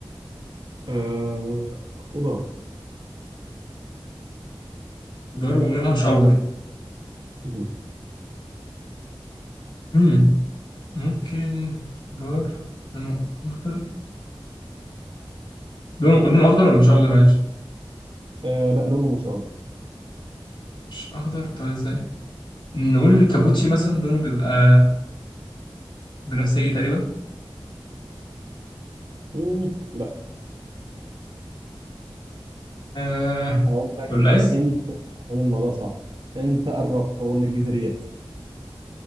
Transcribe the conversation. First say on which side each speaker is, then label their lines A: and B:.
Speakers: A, on the right; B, on the left.
A: آه خضار
B: خضار ولونها مش اخضر
A: مم.
B: مم. ممكن خضار لونه اخضر لونه لونه اخضر ولا مش اخضر معلش
A: آه لا لونه مش اخضر
B: مش اخضر طب ازاي نقول الكابوتشي مثلا لونه بيبقى بنفسجي تقريبا
A: مم، لا
B: آه
A: هقول لك
B: والقيس
A: هنت عشان الموضوع صعب انت قربت هو من الجذريات